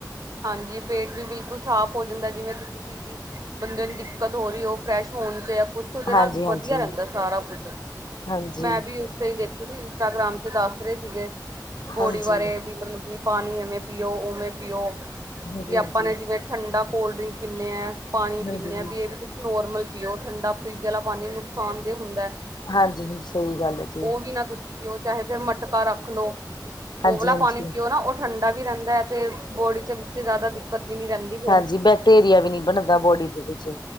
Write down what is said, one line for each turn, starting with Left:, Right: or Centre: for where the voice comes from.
Right: ਹਾਂਜੀ, ਪੇਟ ਵੀ ਬਿਲਕੁਲ ਸਾਫ਼ ਹੋ ਜਾਂਦਾ ਜਿਵੇਂ ਤੁਸੀਂ ਚੀਜ਼ ਬੰਦੇ ਨੂੰ ਦਿੱਕਤ ਹੋ ਰਹੀ ਉਹ, ਫਰੈਸ਼ ਹੋਣ ਚ ਜਾਂ ਕੁਛ ਸੋਂ ਉਹਦੇ
Left: ਹਾਂਜੀ
Right: ਨਾਲ, ਵਧੀਆ
Left: ਹਾਂਜੀ
Right: ਰਹਿੰਦਾ ਸਾਰਾ ਕੁੱਝ।
Left: ਹਾਂਜੀ
Right: ਮੈਂ ਵੀ ਉਥੈ ਹੀ ਦੇਖ ਰੀ ਸੀ, ਇੰਸਟਾਗ੍ਰਾਮ ਤੇ ਦੱਸ ਰਹੇ ਸੀਗੇ ਬੋਡੀ
Left: ਹਾਂਜੀ
Right: ਬਾਰੇ
Left: ਹਾਂਜੀ
Right: ਵੀ, ਮਤਲਬ ਕਿ ਪਾਣੀ ਐਵੇਂ ਪੀਓ, ਉਵੇਂ ਪੀਓ।
Left: ਹਾਂਜੀ
Right: ਵੀ ਆਪਾਂ ਨੇ ਜਿਵੇਂ ਠੰਡਾ ਕੋਲਡ- ਡ੍ਰਿੰਕ ਪੀਣੇ ਐ। ਪਾਣੀ
Left: ਹਾਂਜੀ
Right: ਪੀਨੇ ਹੇ ਵੀ ਐਵੀ ਨੋਰਮਲ ਪੀਓ, ਠੰਢਾ ਫਰਿੱਜ ਵਾਲਾ ਪਾਣੀ ਨੁਕਸਾਨ ਦੇ ਹੁੰਦਾ ਹੈ। ਊਹ
Left: ਹਾਂਜੀ ਹਾਂਜੀ ਸਹੀ ਗੱਲ ਹੈ ਜੀ
Right: ਵੀ ਨਾ ਤੁਸ ਪੀਓ, ਚਾਹੇ ਫਿਰ ਮਟਕਾ ਰੱਖ ਲੋ, ਉਹ
Left: ਹਾਂਜੀ
Right: ਵਾਲਾ
Left: ਹਾਂਜੀ
Right: ਪਾਣੀ ਪੀਓ ਨਾ ਔਰ ਠੰਡਾ ਵੀ ਰੇਂਦਾ ਐ ਤੇ, ਬੋਡੀ ਚ ਵਿੱਚ ਜ਼ਿਆਦਾ ਦਿੱਕਤ ਵੀ ਨੀ ਰਹਿੰਦੀ। ਫਿਰ
Left: ਹਾਂਜੀ, ਬੈਕਟੇਰੀਆ ਵੀ ਨੀ ਬਣਦਾ ਬੋਡੀ ਦੇ ਵਿੱਚ।